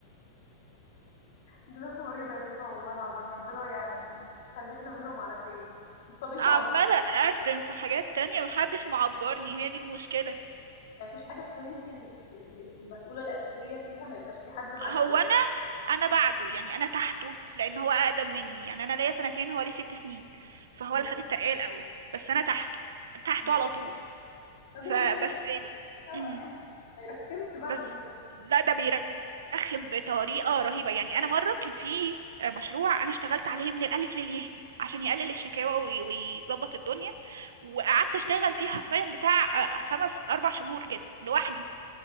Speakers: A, on the left; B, on the right.
A: دي؟ ناس مريضة يا شيخة والله العظيم، ربنا يعني يخلّيكنا منهم على خير. طَب أنتم
B: عمالة
A: عندكم
B: اقدم في حاجات تانية محدش معبرني هي دي المشكلة
A: ما فيش حاجة تكون أنتِ ال ال المسؤولة الأساسية فيها ما يبقاش في حد معاكِ؟
B: هو انا بعده يعني انا تحته لان هو اقدم مني يعني انا ليا سنتين هو ليه ست سنين فهو
A: إمم،
B: اللي خد الترقية الاول بس انا تحته تحته
A: إمم.
B: على طول
A: طَب يعني
B: فبس ال...
A: سوا
B: مم.
A: يعني، ما يرخّمش بقى
B: بس
A: ده أنتِ
B: لا
A: بيني
B: ده
A: وبينك
B: بيرخم بطريقة رهيبة يعني انا مرة كان في مشروع انا اشتغلت عليه من الالف للياء عشان يقلل الشكاوى وي- ويظبط الدنيا وقعدت اشتغل فيه حرفيا بتاع خمس اربع شهور كده لوحدي